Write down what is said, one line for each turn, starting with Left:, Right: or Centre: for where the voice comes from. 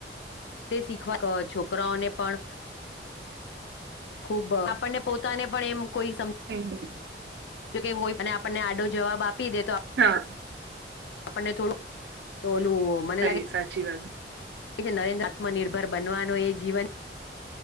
Left: તે શીખવા ક છોકરાઓને પણ ખુબ આપડને પોતાને પણ એમ કોઈ સમ,
Right: હમ હમ.
Left: જોકે એવુ હોય અને આપડને આડો જવાબ આપી દે તો
Right: હા
Left: આપડને થોડું, તો ઓલું મને
Right: તારી
Left: લાગે
Right: સાચી વાત.
Left: એ શે, નરેન્દ્ર આત્મનિર્ભર બનવાનો એ જીવન